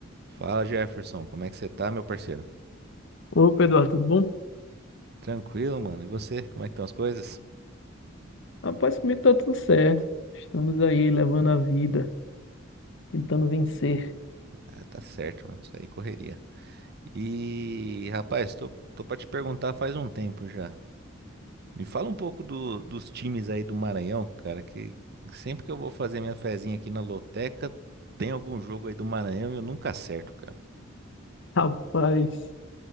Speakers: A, on the right (about 50°); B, on the left (about 60°).
A: Fala Jefferson, como é que você tá, meu parceiro?
B: Opa, Eduardo, tudo bom?
A: Tranquilo, mano. E você, como é que estão as coisas?
B: Rapaz, comigo tá tudo certo. Estamos aí levando a vida, tentando vencer.
A: Ah, tá certo, mano. Isso aí correria. E, rapaz, tô, tô pra te perguntar faz um tempo já. Me fala um pouco do- dos times aí do Maranhão, cara, que sempre que eu vou fazer minha fezinha aqui na loteca, tem algum jogo aí do Maranhão e eu nunca acerto, cara.
B: <laughs> Rapaz.